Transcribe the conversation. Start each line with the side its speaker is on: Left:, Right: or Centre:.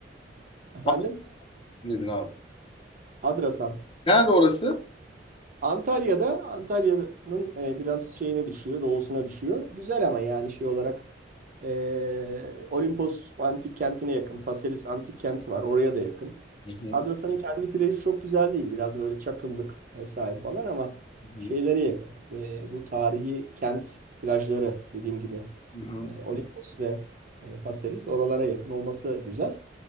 Right: efendim
Left: Afganistan dedin abi.
Right: Adrasan.
Left: Nerede orası?
Right: Antalya'da Antalya'nın e, biraz şeyine düşüyor, doğusuna düşüyor. Güzel ama yani şey olarak e, Olimpos antik kentine yakın. Faselis antik kenti var, oraya da yakın.
Left: Hı hı.
Right: Adrasa'nın kendi plajı çok güzel değil. Biraz böyle çakıllık vesaire falan ama
Left: Hı
Right: şeylere
Left: hı.
Right: yakın. E, bu tarihi kent plajları dediğim gibi
Left: Hı hı.
Right: e, Olimpos ve e, Faselis oralara yakın olması güzel.